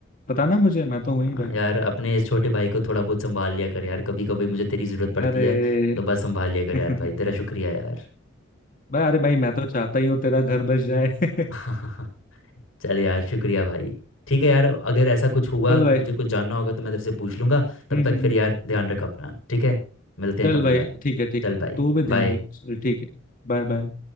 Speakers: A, on the left; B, on the left.
A: बताना मुझे मैं तो हूं ही
B: हाँ
A: भाई
B: यार अपने इस छोटे भाई को थोड़ा बहुत संभाल लिया कर यार कभी कभी मुझे तेरी ज़रूरत पड़ती
A: अरे
B: है तो बस संभाल लिया कर
A: <laughs>
B: यार भाई तेरा शुक्रिया यार
A: भाई अरे भाई मैं तो चाहता ही हूँ तेरा घर बस जाए <laughs>
B: <laughs> चल यार शुक्रिया भाई ठीक है यार अगर ऐसा कुछ हुआ
A: चल
B: अगर
A: भाई
B: मुझे कुछ जानना होगा तो मैं तेरे से पूछ लूँगा तब
A: हम्म
B: तक
A: हम्म
B: फिर
A: हम्म।
B: यार ध्यान रख अपना ठीक है मिलते हैं
A: चल
B: कभी
A: भाई
B: बाद में
A: ठीक है ठीक
B: चल
A: है
B: भाई
A: तू भी ध्यान
B: बाय
A: रख चल, ठीक है Bye bye